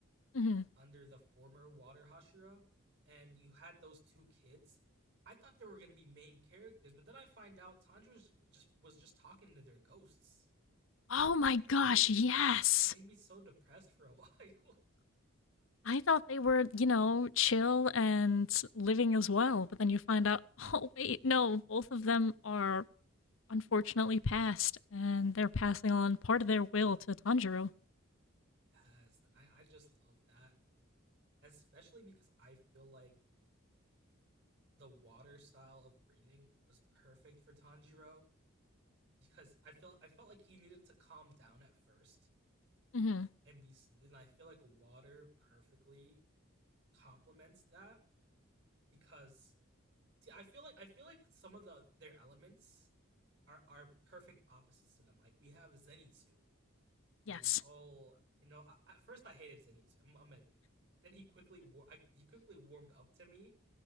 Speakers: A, on the left; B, on the right.
A: hmm
B: under the former Water Hashira, and you had those two kids. I thought they were gonna be main characters, but then I find out Tanjiro was just was just talking to their ghosts.
A: Oh my
B: It
A: gosh,
B: made me
A: yes!
B: <laughs> it made me so depressed for a while.
A: I thought they were, you know, chill and living as well, but then you find out, <laughs> oh, wait, no, both of them are unfortunately passed, and they're passing on part of their will to Tanjiro.
B: <laughs> yes, and I, I just love that. Especially because I feel like the water style of breathing was perfect for Tanjiro. Because I feel I felt like he needed to calm down at first
A: Mm-hmm.
B: and be smooth, and I feel like water perfectly complements that because see, I feel like I feel like some of the their elements are are perfect opposites to them. Like we have Zenitsu,
A: Yes.
B: who's all you know. I, at first, I hated Zenitsu. I'm, I'm admit it. But then he quickly war- I, he quickly warmed up to me.